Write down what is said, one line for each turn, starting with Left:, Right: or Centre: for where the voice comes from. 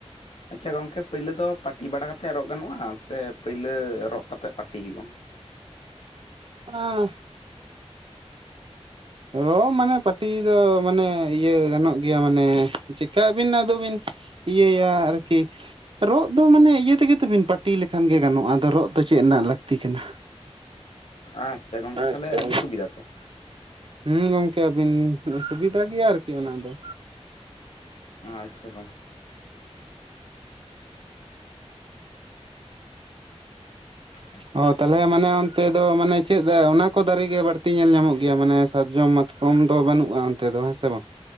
Left: ᱟᱪᱪᱷᱟ ᱜᱚᱝᱠᱮ ᱯᱟᱹᱭᱞᱟᱹᱫᱚ ᱯᱟᱹᱴᱤ ᱵᱟᱲᱟ ᱠᱟᱛᱮᱫ ᱨᱚᱜ ᱜᱟᱱᱚᱜᱼᱟ ᱥᱮ ᱯᱟᱹᱭᱞᱟᱹ ᱨᱚᱜ ᱠᱟᱛᱮᱫ ᱯᱟᱹᱴᱤ ᱦᱩᱭᱩᱜᱼᱟ?
Right: ᱚᱱᱟᱻ ᱨᱚᱜ ᱢᱟᱱᱮ ᱯᱟᱴᱤ ᱫᱚ ᱢᱟᱱᱮ ᱤᱭᱟᱹ ᱜᱟᱱᱚᱜ ᱜᱮᱭᱟ ᱢᱟᱱᱮ ᱪᱤᱠᱟᱹ ᱟᱵᱤᱱ ᱟᱫᱚ ᱵᱤᱱ ᱤᱭᱟᱹᱭᱟ ᱟᱨᱠᱤ᱾ ᱨᱚᱜ ᱫᱚ ᱢᱟᱱᱮ ᱤᱭᱟᱹ ᱛᱮᱜᱮ ᱛᱚᱵᱤᱱ ᱯᱟᱹᱴᱤ ᱞᱮᱠᱷᱟᱱ ᱜᱮ ᱜᱟᱱᱚᱜᱼᱟ ᱟᱫᱚ ᱨᱚᱜ ᱫᱚ ᱪᱮᱫ ᱨᱮᱱᱟᱜ ᱞᱟᱹᱠᱛᱤ ᱠᱟᱱᱟ?
Left: ᱟᱪᱪᱷᱟ ᱜᱚᱢᱠᱮ
Right: ᱟᱪᱪᱷᱟ
Left: ᱛᱟᱦᱞᱮ
Right: ᱜᱚᱝᱠᱮ
Left: ᱟᱹᱰᱤ ᱥᱩᱵᱤᱫᱟ ᱛᱚ᱾
Right: ᱦᱩᱸ ᱜᱚᱝᱠᱮ ᱟᱹᱵᱤᱱ ᱥᱩᱵᱤᱫᱟ ᱜᱮᱭᱟ ᱟᱨᱠᱤ ᱚᱱᱟ ᱫᱚ᱾
Left: ᱟᱪᱪᱷᱟ ᱜᱚᱢᱠᱮ᱾ <unintelligible>
Right: ᱚ ᱛᱟᱞᱦᱮ ᱢᱟᱱᱮ ᱚᱱᱛᱮ ᱫᱚ ᱢᱟᱱᱮ ᱪᱮᱫ ᱫᱟ ᱚᱱᱟ ᱠᱚ ᱫᱟᱨᱮ ᱜᱮ ᱵᱟᱹᱲᱛᱤ ᱧᱮᱞ ᱧᱟᱢᱚᱜ ᱜᱮᱭᱟ ᱢᱟᱱᱮ ᱥᱟᱨᱡᱚᱢ ᱢᱟᱛ ᱠᱚᱢ ᱫᱚ ᱵᱟᱹᱱᱩᱜᱼᱟ ᱚᱱᱛᱮ ᱫᱚ ᱦᱮᱸ ᱥᱮ ᱵᱟᱝ?